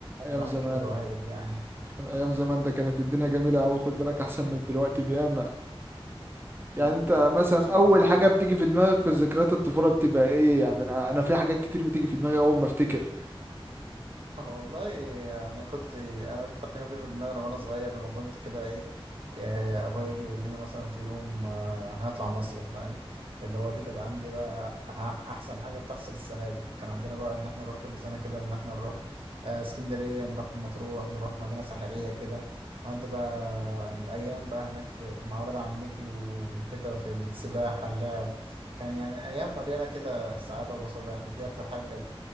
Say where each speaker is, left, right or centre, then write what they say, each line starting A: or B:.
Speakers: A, on the right; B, on the right.
A: ايام
B: الواحد
A: زمان
B: كبر وعقل يعني <laughs>
A: ايام زمان ده كانت الدنيا جميله قوي خد بالك احسن من دلوقتي بياما يعني
B: مم،
A: انت مثلا
B: كنا مش
A: اول
B: عايزين نكبر
A: حاجه بتيجي في دماغك في ذكريات الطفوله بتبقى ايه يعني انا انا في حاجات كتير بتيجي في دماغي اول ما افتكر
B: والله انا كنت اكتر حاجه بتيجي في دماغي وانا صغير لما كنت كده ايه إيه، ابويا يجي يقول لنا مثلا في يوم آه، هنطلع مصيف فاهم اللي هو دي كانت عندي بقى أح- احسن حاجه بتحصل السنه دي كان عندنا بقى ان احنا نروح كل سنه كده ان احنا نروح آه، اسكندريه نروح مطروح نروح مدينه ساحليه كده نقضي بقى الايام بقى هناك في مع ولاد عمتي وكده في السباحه اللعب كان يعني ايام مليانه كده سعاده وبساطه يعني دي اكتر حاجه